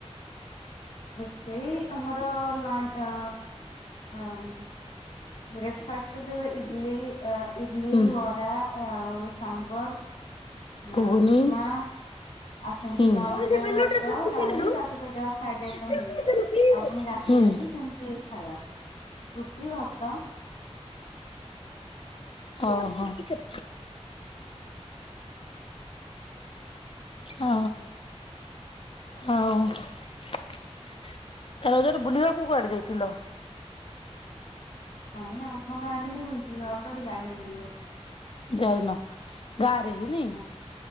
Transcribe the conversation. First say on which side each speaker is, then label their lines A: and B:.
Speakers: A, on the left; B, on the left.
A: ରୋଷେଇ ଆମର ଲାଟ ଆଁ ବ୍ରେକଫାଷ୍ଟ ରେ ଯୋଉ ଇଟଲି ଅ ଇଡଲି,
B: ହୁଁ
A: ବରା, ଆଉ ସାମ୍ବର
B: ଘୁଗୁନି
A: ଆଁ ଉପମା ଆଉ ସେମିତି
B: ହୁଁ।
A: ଲଞ୍ଚ
B: କୌଣସି
A: ରେ
B: ବେଲୁଟା
A: ଭାତ
B: ସେ ଶୁଖେଇ
A: ଡାଲି
B: ଦେଲୁ।
A: ତା ସହି ଯାହା ସାଇଟ
B: ହୁଁ
A: ଆଇଟମ ମିଳେ ଆଉ ପୁଣି ରାତିରେ ବି ସେମ ସେଇ ଖାଇବା ରୁଟି ଭାତ
B: ଓ ହଁ। ଅ ହ। ହଉ ତ ରଜରେ ବୁଲିବାକୁ କୁଆଡେ ଯାଇଥିଲ?
A: ନାଇଁ ଆଛାରେ <unintelligible> ମୁଁ ବୁଲୁଥିଲି କୁଆଡ଼େ ଜାଇନୁ ବୁଲିବାକୁ।
B: ଯାଇନ ଗାଁ ରେ ହେଇନି
A: ହଁ